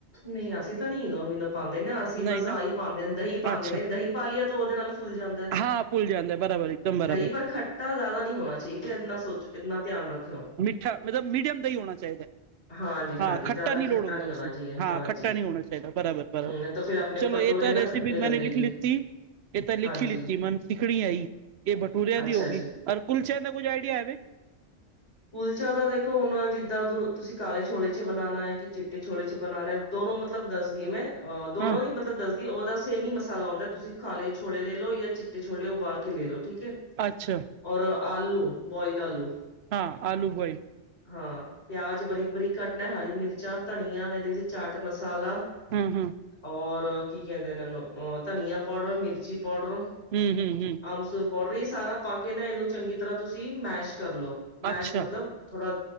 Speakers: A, on the left; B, on the right.
A: ਨਹੀਂ ਅਸੀਂ ਤਾਂ ਨੀਨੋ ਵੀਨ ਪਾਉਂਦੇ ਨੇ ਅਸੀਂ ਬਸ
B: ਨਹੀਂ ਨਾ
A: ਆਹੀ ਪਾਉਂਦੇ ਨੇ ਦਹੀਂ ਪਾਉਂਦੇ
B: ਅੱਛਾ
A: ਨੇ ਦਹੀਂ ਪਾਲੀਆ ਤੋਂ ਉਹਦੇ ਨਾਲ ਫੁੱਲ ਜਾਂਦਾ
B: ਹਾਂ ਫੁੱਲ ਜਾਂਦਾ ਬਰਾਬਰ ਇੱਕਦਮ ਬਰਾਬਰ
A: ਦਹੀਂ ਪਰ ਖੱਟਾ ਜ਼ਿਆਦਾ ਨਹੀਂ ਹੋਣਾ ਚਾਹੀਦਾ ਇਨਾ ਸੋਚ ਇੰਨਾ ਧਿਆਨ ਰੱਖਿਓ
B: ਠਾ ਮਤਲਬ ਮੀਡੀਅਮ ਦਾ ਹੀ ਹੋਣਾ ਚਾਹੀਦਾ
A: ਹਾਂਜੀ
B: ਹਾਂ
A: ਹਾਂਜੀ
B: ਖੱਟਾ
A: ਜ਼ਿਆਦਾ
B: ਨ ਲੋੜ ਹੁੰਦਾ
A: ਨਹੀਂ ਹੋਣਾ
B: ਉਸਨੂੰ
A: ਚਾਹੀਏ
B: ਹਾਂ
A: ਹਾਂਜੀ
B: ਖੱਟਾ ਨਹੀਂ ਹੋਣਾ ਚਾਹੀਦਾ ਬਰਾਬਰ ਬਰਾਬਰ
A: ਹੂੰ ਨਹੀਂ ਤਾਂ ਫਿਰ ਆਪਣੇ
B: ਚਲੋ
A: ਭਟੂਰੇ
B: ਇਹ ਤਾਂ
A: ਨਾ
B: ਰੈਸਿਪੀ
A: ਖੱਟੇ ਲੱਗੇਗੇ
B: ਮੈਂਨੇ ਲਿਖ ਲਿੱਤੀ ਇਹ ਤਾਂ ਲਿਖੀ
A: ਹਾਂਜੀ
B: ਲਿੱਤੀ ਮਨ ਸਿੱਖਣੀ ਹੈ ਹੀ ਇਹ ਬਟੂੂਰਿਆਂ
A: ਅੱਛਾ
B: ਦੀ ਹੋ ਗਈ
A: ਜੀ।
B: ਰ ਕੁਲਚਿਆਂ ਦਾ ਕੁੱਝ ਆਈਡੀਆ ਹੈਵੇ
A: ਕੁਲਚਾ ਤਾਂ ਦੇਖੋ ਹੁਣ ਜਿੱਦਾਂ ਤੁਸੀਂ ਕਾਲੇ ਛੋਲੇ ਚ ਬਣਾਉਣਾ ਹੈ ਕਿ ਚਿੱਟੇ ਛੋਲੇ ਚ ਬਣਾਉਣਾ ਦੋਨੋ ਮਤਲਬ ਦੱਸਦੀ ਹੈ ਮੈਂ ਅ ਦੋਨੋ
B: ਹਾਂ
A: ਹੀ ਮਤਲਬ ਦੱਸਦੀ ਉਹਦਾ ਸੇਮ ਹੀ ਮਸਾਲਾ ਆਉਂਦਾ ਤੁਸੀਂ ਖਾਲੇ ਛੋਲੇ ਲੈ ਲਓ ਜਾਂ ਚਿੱਟੇ ਛੋਲੇ ਉਬਾਲ ਕੇ ਲੈ ਲਓ ਠੀਕ ਹੈ
B: ਅੱਛਾ
A: ਔਰ ਆਲੂ ਬੋਇਲ ਆਲੂ
B: ਹਾਂ ਆਲੂ ਬੋਇ
A: ਹਾਂ ਪਿਆਜ ਬਰੀਕ ਬਰੀਕ ਘੱਟਨਾ ਹਰੀ ਮਿਰਚਾਂ ਧਨੀਆ ਇਹਦੇ ਵਿੱਚ ਚਾਟ ਮਸਾਲਾ
B: ਹਮ ਹਮ
A: ਔਰ ਕੀ ਕਹਿੰਦੇ ਨੇੂੰ ਅ ਧਨੀਆ ਪਾਊਡਰ ਮਿਰਚੀ ਪਾਊਡਰ
B: ਹਮ ਹਮ ਹਮ
A: ਅਮਸੁਰ ਪਾਊਡਰ ਇਹ ਸਾਰਾ ਪਾ ਕੇ ਨਾ ਇਹਨੂੰ ਚੰਗੀ ਤਰ੍ਹਾਂ ਤੁਸੀਂ ਮੈਸ਼ ਕਰਲੋ ਮੈਸ਼
B: ਅੱਛਾ
A: ਮਤਲਬ ਥੋੜਾ